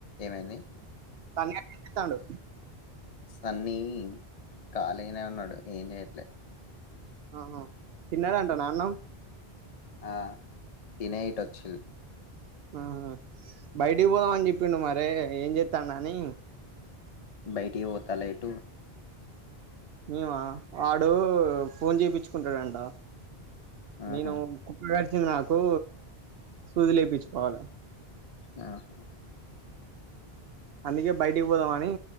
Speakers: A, on the left; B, on the right.
A: ఏమైంది
B: సన్నిగాడు ఏం జేతండు
A: సన్నీ కాలిగనే ఉన్నడు ఏం చెయట్లే
B: ఆహా తిన్నాడ అంటా నా అన్నం
A: ఆ తినే ఇటే వచ్చింది
B: ఆహ బయటికి పోదాం మని చెప్పిండు మరే ఏం చేస్తా అన్నా అని
A: బయటికి పోతల ఎటూ
B: మేమా వాడు ఫోన్ చేపించుకుంటాడంట నేను
A: ఆహా
B: కుకు రాజ్ ఇచ్చేది నాకు సూదులు ఈ పించుకోవాలే
A: ఆహా
B: అందుకే బయటికి పోదామ అని